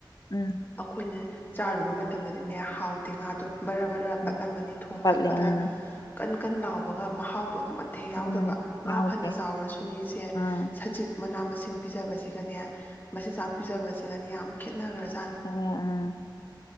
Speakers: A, on the left; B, on the left.
A: ꯎꯝ
B: ꯑꯈꯣꯏꯅ ꯆꯥꯔꯨꯕ ꯇꯝꯗꯗꯤꯅꯦ ꯍꯥꯎꯗꯦ ꯉꯥꯗꯣ ꯕꯔ ꯕꯔ
A: ꯎꯝ
B: ꯄꯠꯂꯝꯃꯅꯤ ꯊꯣꯡ
A: ꯄꯠꯂꯦ
B: ꯊꯥꯛꯄꯗ
A: ꯎꯝ
B: ꯀꯟ ꯀꯟ ꯂꯥꯎꯕꯒ ꯃꯍꯥꯎꯗꯣ ꯑꯃꯠꯇ ꯍꯦꯛ
A: ꯎꯝ
B: ꯌꯥꯎꯗꯕ ꯉꯥ
A: ꯌꯥꯎꯗ꯭ꯔꯦ
B: ꯐꯅ ꯆꯥꯎꯔꯁꯨ ꯂꯩꯁꯦ
A: ꯎꯝ
B: ꯁꯖꯤꯛ ꯃꯅꯥ ꯃꯁꯤꯡ ꯄꯤꯖꯕꯁꯤꯒꯅꯦ ꯃꯆꯤꯟ ꯖꯥꯛ ꯄꯤꯖꯕꯁꯦ ꯁꯤꯒꯅꯤ ꯌꯥꯝ ꯈꯦꯠꯅꯈ꯭ꯔꯁꯦ
A: ꯑꯣ ꯎꯪ